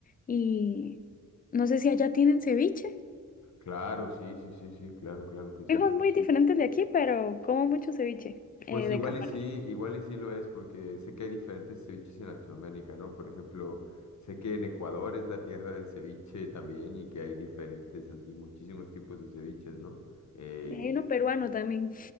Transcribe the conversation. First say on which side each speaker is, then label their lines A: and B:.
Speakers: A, on the left; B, on the left.
A: y no sé si allá tienen ceviche.
B: Claro, sí, sí, sí, sí, claro, claro que sí.
A: Frijos muy diferentes de aquí, pero como mucho ceviche eh,
B: Pues
A: de
B: igual
A: camarón.
B: y sí, igual y sí lo es, porque sé que hay diferentes ceviches en Latinoamérica, ¿no? Por ejemplo, sé que en Ecuador es la tierra del ceviche también y que hay diferentes, así, muchísimos tipos de ceviches, ¿no? Eh,
A: Y Hay uno peruano también.